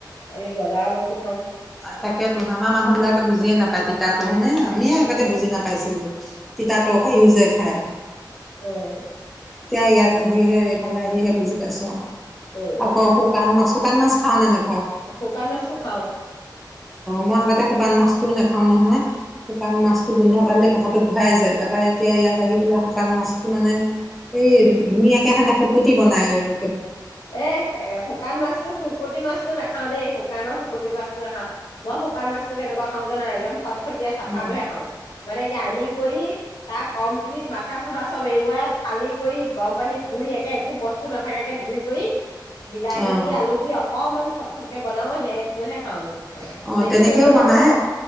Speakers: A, on the left (about 80°); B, in the centre.
A: আমি বজাৰৰ বস্তু খাওঁ
B: অ তাকেইতো আমাৰ মানুহ বিলাকে বুজিয়ে নাপায় তিত- তহনে আ আমিয়ে আগতে
A: উম
B: বুজি নাপাইছিলো তিতা তৰকাৰিও যে খায়
A: হম
B: এতিয়া ইয়াত আহিহে এইফালে সেয়হে বুজি পাইছো আৰু
A: উম,
B: আকৌ শুকান মাছ শুকান মাছ খাও নে নেখাওঁ
A: শুকান মাছটো খাওঁ
B: ম আগতে শুকান মাছটোও নেখাওঁ নহয়। শুকান মাছটো গোন্ধ পালে মথাটো ঘূৰাই যায়। তাৰপৰা এতিয়া ইয়াত আহি পেলাই শুকান মাছটো মানে এই ধুনীয়াকৈ সেহতে শুকুতি বনায় আৰু।
A: এ এ শুকান মাছটো শুকতি মাছতো নাখাও দেই শুকানৰ শু- শুকতি মাছটো নাখাও মই শুকান মাছটো কেনেকুৱা খাওঁ জানা একদম পাত- ফটিয়াই চাফাটোহে
B: অ'
A: খাও মানে কি আনি কৰি তাৰ কমপ্লিট মাথা চাথা চব এৰুৱাই ফালি কৰি গৰম পানীত ধুই একে একো বস্তু নাথাকে ধুই- কই বিলাহী
B: অ'
A: দি আলু দি অকমান থপ থপকে বনাও আও হে টোহে খাও আমি
B: অ
A: বেছি
B: তেনেকেও
A: গোন্ধটো
B: বনাই
A: খাব নোৱাৰো